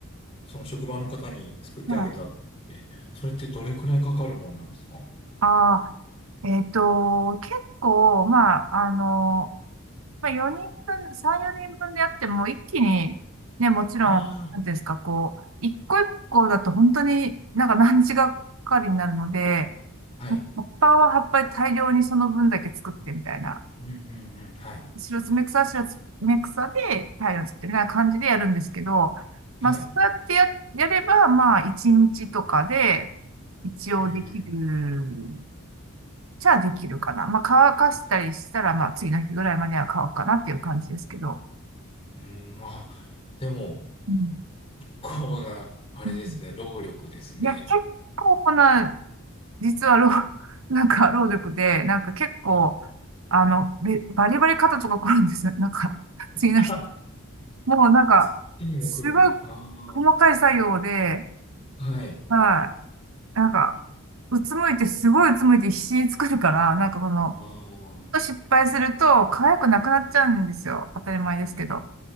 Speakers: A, on the left (about 25°); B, on the right (about 70°).
A: その職場の方に作ってあげたって、
B: はい。
A: それってどれくらいかかるもんなんですか
B: ああ、えっと、結構、まあ、あの、まあ、4人分、3、4人分でやっても、一気に、ね、もちろん、
A: ああ
B: なんていうんですか、こう、一個一個だと本当になんか何日がかかりになるので、
A: ー、はい。
B: 葉っぱは葉っぱで大量にその分だけ作ってみたいな、
A: うんうんうん。はい。
B: 白爪草は白爪草で大量に作ってみたいな感じでやるんですけど、
A: はい。
B: まあ、そうやってや、やれば、まあ、1日とかで、一応できる、
A: うん。
B: じゃあできるかな。まあ、乾かしたりしたら、まあ、次の日ぐらいまでは乾くかなっていう感じですけど。
A: うん、まあ、でも、
B: うん
A: こうな、あれですね、
B: うん
A: 労力ですね。
B: いや、結構な、実は労、<laughs> なんか労力で、なんか結構、
A: うん
B: あの、べバリバリ肩とか凝るんですよ。<laughs> なんか、
A: <laughs>。
B: 次の日。もうなんか、
A: そっちにも来るんだ。
B: すごい
A: ああ。
B: 細かい作業で、
A: はい。
B: はい、なんか、うつむいて、すごいうつむいて必死に作るから、なんかこの、
A: ああ。
B: 失敗すると、可愛くなくなっちゃうんですよ。当たり前ですけど。